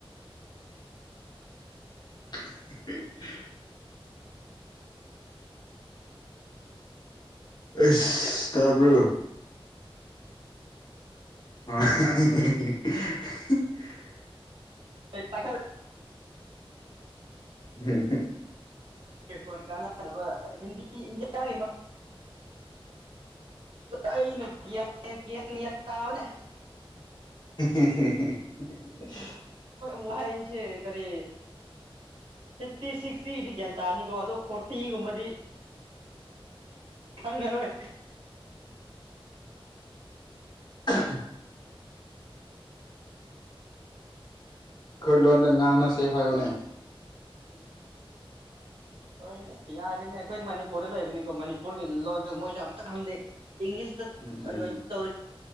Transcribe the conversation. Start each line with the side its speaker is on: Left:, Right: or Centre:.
Left: <unintelligible> ꯑꯩꯁ
Right: ꯏꯅꯤ
Left: ꯇꯥꯕ꯭ꯔꯣ ꯑ
Right: ꯄꯥꯏ
Left: ꯎꯝ
Right: ꯐꯣꯟ ꯀꯥꯟꯅꯗꯕ ꯍꯤꯟꯗꯤ ꯏꯟꯗꯤꯌꯥꯒꯤ ꯑꯩꯅ ꯌꯥꯌꯥ ꯇꯕꯅꯦ
Left: <unintelligible>
Right: ꯃꯣꯏ ꯍꯥꯏ ꯏꯁꯦ ꯀꯔꯤ ꯐꯤꯐꯇꯤ ꯁꯤꯛꯁꯇꯤꯗꯤ ꯒ꯭ꯌꯥꯟ ꯇꯥꯅꯤꯀꯣ ꯑꯗꯣ ꯐꯣꯔꯇꯤꯒꯨꯝꯕꯗꯤ ꯈꯪꯉꯔꯣꯏ
Left: <unintelligible> ꯑꯩꯈꯣꯏ ꯂꯣꯟꯗ ꯉꯥꯡꯅꯁꯦ ꯍꯥꯏꯌꯨꯅꯦ
Right: <unintelligible> ꯍꯣꯏ ꯌꯥꯔꯤꯣꯏꯅꯦ ꯑꯩꯈꯣꯏ ꯃꯅꯤꯄꯨꯔꯗ ꯂꯩꯕꯅꯤꯀꯣ ꯃꯅꯤꯄꯨꯔꯒꯤ ꯂꯣꯟꯁꯨ ꯃꯣꯏꯁꯨ ꯑꯝꯇ ꯈꯪꯗꯦ ꯏꯪꯂꯤꯁꯇ
Left: ꯎꯝ ꯎꯝ
Right: ꯇꯧꯔ